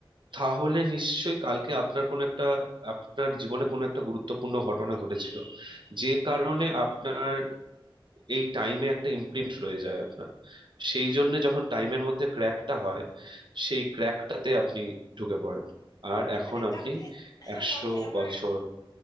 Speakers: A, on the right; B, on the left.
A: তাহলে নিশ্চয়ই কালকে আপনার কোনো একটা আপনার জীবনে কোনো একটা গুরুত্বপূর্ণ ঘটনা ঘটেছিল যে কারণে আপনার এই টাইমে একটা ইমপ্রিন্ট রয়ে যায় আপনার সেই জন্য যখন টাইমের মধ্যে ক্র্যাকটা হয় সেই ক্র্যাকটাতে আপনি ঢুকে পড়েন আর এখন
B: হ্যাঁ
A: আপনি
B: কালকে হ্যাঁ
A: একশো
B: কালকে আমার
A: বছর